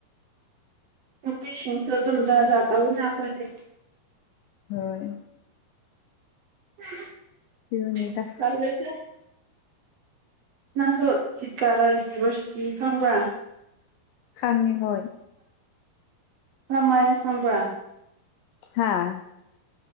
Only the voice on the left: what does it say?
ꯍꯣꯏ
ꯁꯤꯕꯨꯅꯤꯗ
ꯍꯪꯉꯦ ꯍꯣꯏ
ꯍꯥꯥ